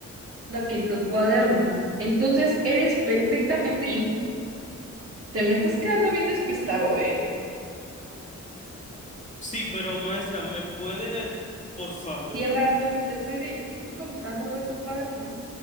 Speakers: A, on the right (about 50°); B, on the left (about 25°).
A: aquí en tu cuaderno. Entonces, eres perfectamente... Te me estás quedando bien despistado, ¿eh?
B: Sí, pero maestra, ¿me puede, por favor?
A: Tierra, Anthony, te estoy, de- te estoy comentando algo de tu cuaderno.